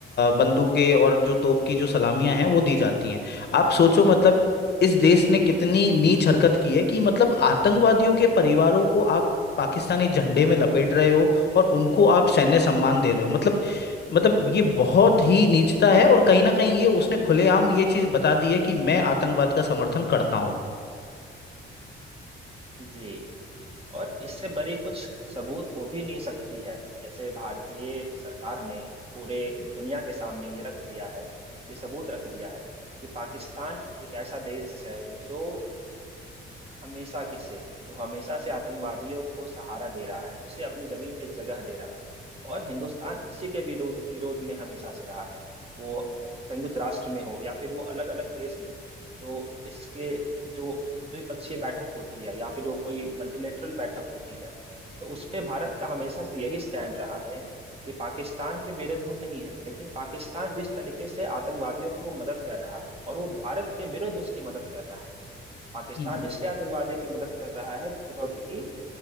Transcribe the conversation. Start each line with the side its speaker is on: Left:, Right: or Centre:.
Left: बंदूकें और जो तोप की जो सलामियां हैं वो दी जाती हैं आप सोचो मतलब इस देश ने कितनी
Right: जी
Left: नीच हरकत की है कि मतलब आतंकवादियों के परिवारों को आप पाकिस्तानी झंडे में लपेट रहे हो और उनको आप सैन्य सम्मान दे रहे हो मतलब मतलब ये बहुत ही नीचता है और कहीं ना कहीं ये उसने खुलेआम ये चीज बता दी है कि मैं आतंकवाद का समर्थन करता हूँ
Right: जी और इससे बड़ी कुछ सबूत हो भी नहीं सकती है जैसे भारतीय सरकार ने पूरे दुनिया के सामने ये रख दिया है ये सबूत रख दिया है कि पाकिस्तान एक ऐसा देश है जो हमेशा के से जो हमेशा से आतंकवादियों को सहारा दे रहा है उसे अपनी जमीन पे जगह दे रहा है और हिंदुस्तान इसी के विरोध विरोध में हमेशा से रहा है वो संयुक्त राष्ट्र में हो या फिर वो अलग अलग देश में जो इसके जो द्विपक्षीय बैठक होती है या फिर वो कोई मल्टीलेटरल बैठक होती है तो उस पे भारत का हमेशा से यही स्टैंड रहा है कि पाकिस्तान के विरुद्ध हम नहीं है लेकिन पाकिस्तान जिस तरीके से आतंकवादियों की वो मदद कर रहा है और वो भारत के विरुद्ध उसकी मदद कर रहा है पाकिस्तान
Left: हम्म
Right: इसलिए आतंकवादियों की मदद कर रहा है क्योंकि